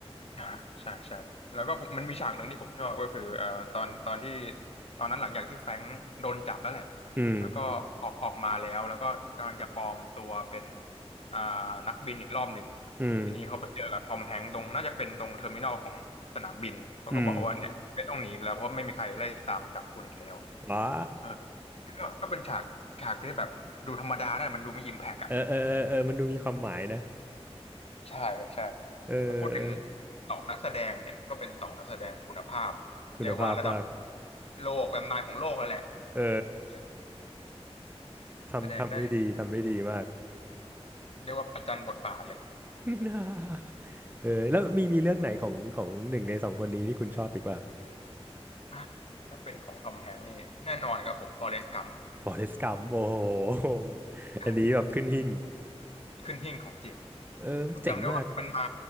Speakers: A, on the left; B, on the right.
A: อ่าใช่ใช่แล้วก็ผมมันมีฉากหนึ่งที่ผมชอบก็คือเอ่อตอนตอนที่ตอนนั้นหลังจากที่แฟรงค์โดนจับแล้วแหละ
B: อืม
A: แล้วก็ออกออกมาแล้วแล้วก็กำลังจะปลอมตัวเป็นอ่านักบินอีกรอบหนึ่ง
B: อืม
A: ทีนี้เขาไปเจอกับทอมแฮงค์ตรงน่าจะเป็นตรงเทอร์มินอลของสนามบินเขาก็บอกว่าเนี่ยไม่ต้องหนีอีกแล้วเพราะไม่มีใครไล่ตามจับคุณอีกแล้ว
B: อืมว้า
A: เออก็ก็เป็นฉากฉากที่แบบดูธรรมดานะมันดูมีอิมแพกอะ
B: เออเออเออเออมันดูมีความหมายนะ
A: ใช่ครับใช่
B: เออเอ
A: ถ้าพูดถึง
B: อ
A: สองนักแสดงเนี่ยก็เป็นสองนักแสดงคุณภาพเรียกว่าระดับ
B: คุณภาพมาก
A: โลกแบบนานของโลกแล้วแหละ
B: เออ
A: ใช่
B: ทำทำได้ดีทำได้ดีมาก
A: แสดงได้ดีทั้งคู่เรียกว่าประจันบทบาทเลย
B: <laughs> เออแล้วมีมีเรื่องไหนของของหนึ่งในสองคนนี้ที่คุณชอบอีกป่ะ
A: อ่ะถ้าเป็นของทอมแฮงค์นี่แน่นอนครับผมฟอเรสต์กัม
B: Forrest Gump โอ้โห <laughs>
A: ใช่
B: อันนี้แบบขึ้นหิ้ง
A: ขึ้นหิ้งของจริง
B: เออเจ๋งมาก
A: ผมจำได้ว่ามันมา